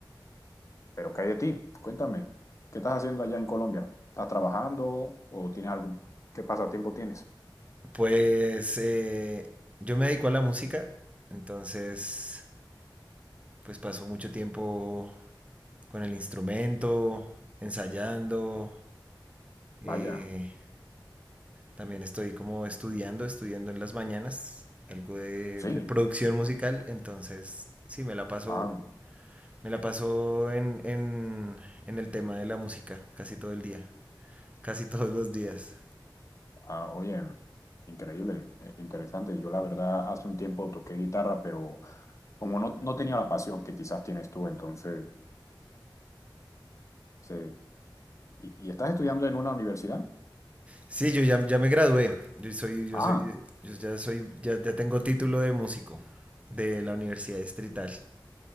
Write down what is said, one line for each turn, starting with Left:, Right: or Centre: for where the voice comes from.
Left: Pero ¿qué hay de ti? Cuéntame, ¿qué estás haciendo allá en Colombia? ¿Estás trabajando o tienes algún, qué pasatiempo tienes?
Right: Pues eh, yo me dedico a la música, entonces pues paso mucho tiempo con el instrumento, ensayando, eh,
Left: Vaya,
Right: también estoy como estudiando, estudiando en las mañanas algo de,
Left: sí.
Right: de producción musical, entonces sí, me la paso,
Left: Ah.
Right: me la paso en, en, en el tema de la música casi todo el día, casi <laughs> todos los días.
Left: Ah, oye, increíble, eh, interesante. Yo la verdad hace un tiempo toqué guitarra, pero como no, no tenía la pasión que quizás tienes tú, entonces, sí. ¿Y, y estás estudiando en una universidad?
Right: Sí, yo ya, ya me gradué. Yo soy, yo
Left: Ah,
Right: soy, yo ya soy, ya, ya tengo título de músico de la Universidad Distrital.